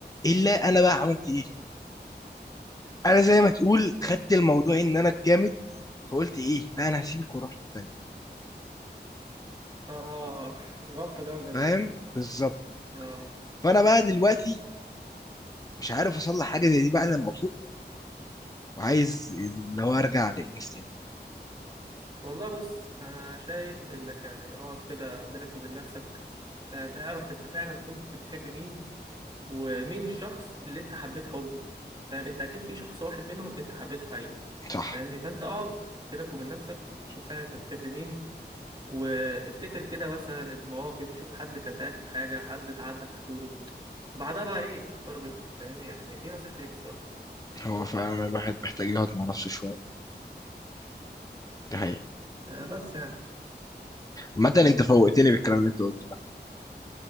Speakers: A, on the left; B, on the right.
A: الا انا بقى عملت ايه انا زي ما تقول خدت الموضوع ان انا الجامد فقلت ايه لا انا هسيبك واروح للتانية
B: اه غلطة جامدة دي
A: فاهم بالظبط
B: اه
A: فانا بقى دلوقتي مش عارف اصلح حاجه زي دي بعد ما افوق وعايز اللي هو ارجع للناس تاني
B: والله بص انا شايف انك يعني اقعد كده بينك وبين نفسك فاهم اعرف انت فعلا كنت بتحب مين ومين الشخص اللي انت حبيت حبه فاهم انت اكيد في شخص واحد منهم انت حبيته حقيقي
A: صح
B: فاهمني فانت اقعد بينك وبين نفسك شوف فعلا انت بتحب مين وافتكر كده مثلا المواقف شوف حد كان ضايقك في حاجة حد اتعدى حدوده بعدها بقى ايه اختار بينهم فاهمني يعني دي نصيحتي ليك الصراحة
A: هو فعلا الواحد محتاج يقعد مع نفسه شويه دي حقيقة
B: آه، بس يعني
A: عامة انت فوقتني بالكلام اللي انت قلته